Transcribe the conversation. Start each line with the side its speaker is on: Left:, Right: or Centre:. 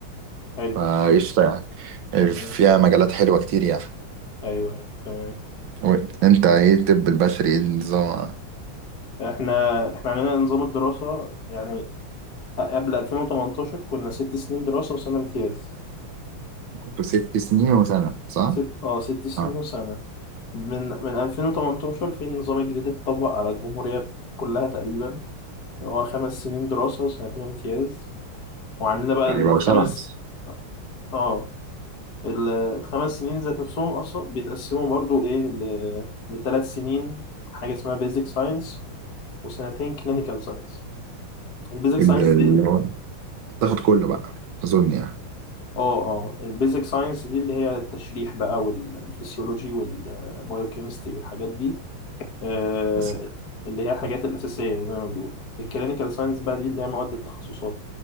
Left: حلو
Right: فقشطة يعني فيها
Left: آه.
Right: مجالات حلوة كتير يعني
Left: ايوه أيوة، تمام
Right: و- انت ايه الطب البشري ايه النظام
Left: احنا احنا عندنا نظام الدراسه يعني قبل 2018 كنا ست سنين دراسه وسنه امتياز
Right: كنت ست سنين وسنة صح؟
Left: ست اه ست سنين
Right: اه
Left: وسنه من من 2018 في النظام الجديد اتطبق على الجمهوريه كلها تقريبا هو خمس سنين دراسه وسنتين امتياز وعندنا بقى
Right: يعني
Left: ال-
Right: بقى
Left: الخمس
Right: سبعة
Left: اه ال- الخمس سنين ذات نفسهم اصلا بيتقسموا برضو ايه ل- لثلاث سنين حاجه اسمها بيزك ساينس وسنتين كلينيكال ساينس البيزك
Right: اللي
Left: ساينس
Right: هو تاخد كله بقى اظن يعني
Left: اه اه البيزك ساينس دي اللي هي التشريح بقى والفسيولوجي والبايوكيمستري والحاجات دي آه
Right: بس
Left: اللي هي الحاجات الأساسية زي ما بيقولوا الكلينيكال ساينس بقى دي اللي هي مواد التخصصات